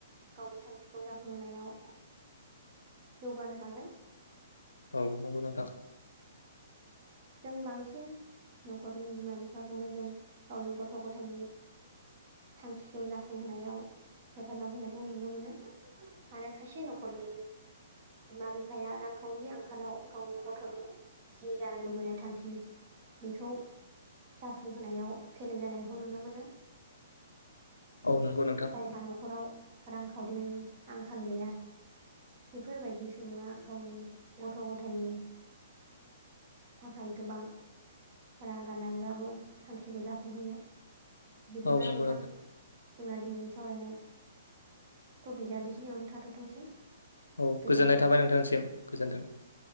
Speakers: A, on the right (about 50°); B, on the left (about 85°).
A: गावनि थांखिखौ जाफुंहोनायाव जौगानो हागोन।
B: औ नोंगौ नोंथां
A: जों बांसिन न'खरनि बिमा बिफाखौनो जों गावनि गथ' गथायनि थांखिखौ जाफुंहोनायाव हेफाजाब होनायखौ नुनो मोनो। आरो खायसे नखरनि बिमा बिफाया रांखावरि आंखालाव गावनि गथ'नि जि जानो लुबैनाय थांखि बेखौ जाफुंहोनायाव फेलें जानायखौ नुनो मोनो।
B: औ नंगौ नोंथां
A: जायहा न'खराव रांखावरिनि आंखाल गैया। बेफोरबायदि सुबुङा गावनि गथ' गथाइनि
B: <inaudible>
A: थाखाय गोबां रां गारनानैबाबो थांखिखौ जाफुंहैयो। बिदिब्ला
B: औ नंगौ
A: नोंथां जोंना दिनै सावरायनाय टपिकआ बेखिनियावनो थाथथोंसै
B: औ
A: गोजोन्थों
B: गोजोननाय थाबाय नोंथांसिम गोजोन्थों